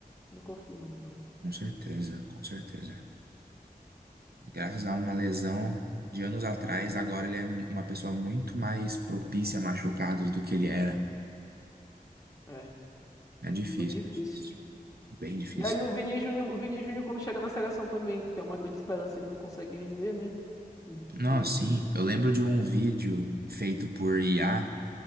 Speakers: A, on the left (about 20°); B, on the right (about 80°).
A: Não confio muito, não.
B: Com certeza, com certeza. Graças a uma lesão de anos atrás, agora ele é uma pessoa muito mais propícia a machucados do que ele era.
A: É,
B: É difícil,
A: muito difícil.
B: difícil. Bem difícil.
A: E aí o Vini Júnior, o Vini Júnior quando chega na seleção também, que é uma grande esperança, ele não consegue render, né?
B: Não,
A: Infelizmente.
B: sim, eu
A: <laughs>
B: lembro de um vídeo feito por IA,